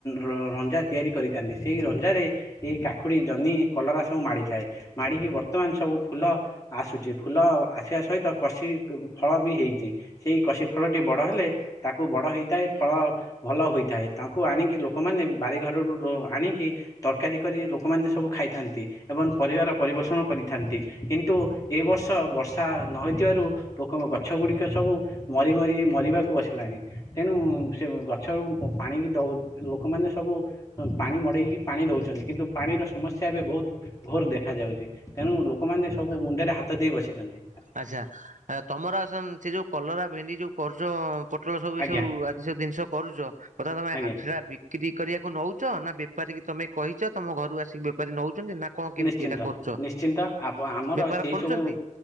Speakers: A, on the left; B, on the right.
A: ର ରଞ୍ଜା ତିଆରି କରିଥାନ୍ତି ସେଇ ରଞ୍ଜାରେ ଏଇ କାଖୁଡି, ଜହ୍ନି, କଲରା ସବୁ ମାଡିଥାଏ ମାଡିକି ବର୍ତ୍ତମାନ ସବୁ ଫୁଲ ଆସୁଚି ଫୁଲ ଆସିବା ସହିତ କଷି ଫଳ ବି ହେଇଚି ସେଇ କଷି ଫଳଟି ବଡ ହେଲେ ତାକୁ ବଡ ହେଇଥାଏ ଫଳ ଭଲ ହୋଇଥାଏ ତାଙ୍କୁ ଆଣିକି ଲୋକମାନେ ବାରିଘରରୁ ଆଣିକି ତରକାରୀ କରି ଲୋକମାନେ ସବୁ ଖାଇଥାନ୍ତି। ଏବଂ ପରିବାର ପରିପୋଷଣ କରିଥାନ୍ତି କିନ୍ତୁ ଏବର୍ଷ ବର୍ଷା ନ ହୋଇଥିବାରୁ ଲୋକଙ୍କ ଗଛଗୁଡିକ ସବୁ ମରି ମରି ମରିବାକୁ ବସିଲାଣି ତେଣୁ ସେ ଗଛ ପାଣିକି ଦଉ ଲୋକମାନେ ସବୁ ପାଣି ମଡେଇକି ପାଣି ଦଉଛନ୍ତି କିନ୍ତୁ ପାଣିର ସମସ୍ୟା ଏବେ ବହୁତ ଘୋର ଦେଖା ଯାଉଚି। ତେଣୁ ଲୋକମାନେ ସବୁ ମୁଣ୍ଡରେ ହାତ ଦେଇ ବସିଚନ୍ତି।
B: ଆଚ୍ଛା ତମର ଆସ ସେ ଯୋଉ କଲରା, ଭେଣ୍ଡି ଯୋଉ କରୁଚ ପୋଟଳ ସବୁ
A: ଆଜ୍ଞା
B: ଏସବୁ ଆଦି ସ ଜିନିଷ କରୁଚ ତ ତାକୁ ତମେ
A: ଆଜ୍ଞା
B: ହାଟେରେ ବି କ୍ରି କରିଆକୁ ନଉଚ ନା ବେପାରୀ କି ତମେ କହିଚ ତମ ଘରୁ ଆସି ବେପାରୀ ନଉଚନ୍ତି ନା କଣ କେମିତି
A: ନିଶ୍ଚିନ୍ତ
B: ଏଇଟା କରୁଛ
A: ନିଶ୍ଚିନ୍ତ ଆ ଆମର
B: ବେପାର
A: ସେଇ
B: କରୁଛନ୍ତି?
A: ସବୁ